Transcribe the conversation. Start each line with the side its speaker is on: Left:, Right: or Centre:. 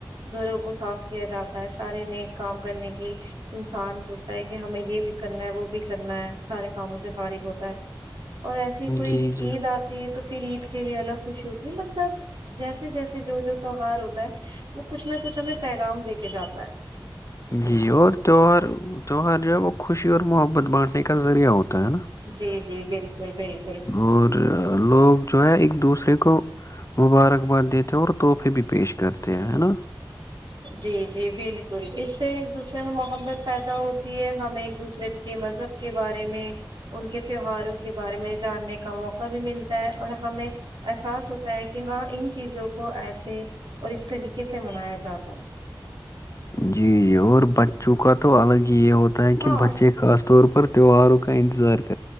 Right: گھروں کو صاف کیا جاتا ہے سارے ن کام کرنے کی <unintelligible> انسان سوچتا ہے کہ ہمیں یہ بھی کرنا ہے وہ بھی کرنا ہے سارے کاموں سے فارغ ہوتا ہے اور ایسی کوئی
Left: جی جی
Right: عید آتی ہے تو پھر عید کے لیے الگ خوشی ہوتی ہے مطلب جیسے جیسے جو جو تیوار ہوتا ہے وہ کچھ نہ کچھ ہمیں پیغام دے کے جاتا ہے
Left: یہ یہ اور تہوار تہوار جو ہے وہ خوشی اور محبت بانٹنے کا ذریعہ ہوتا ہے نا
Right: جی جی بالکل بالکل
Left: اور لوگ جو ہے ایک دوسرے کو کو مبارکباد دیتے ہیں اور تحفے بھی پیش کرتے ہیں ہے نا
Right: جی جی بالکل اس سے ایک دوسرے میں محبت پیدا ہوتی ہے ہمیں ایک دوسرے کے مذہب کے بارے میں ان کے تہواروں کے بارے میں جاننے کا موقع بھی ملتا ہے اور ہمیں احساس ہوتا ہے کہ ہاں ان چیزوں کو ایسے اور اس طریقے سے منایا جا تن
Left: جی جی اور بچوں کا تو الگ ہی کہ یہ ہوتا ہےک
Right: ہاں
Left: بچے خاص طور پر تہواروں کا انتظار کر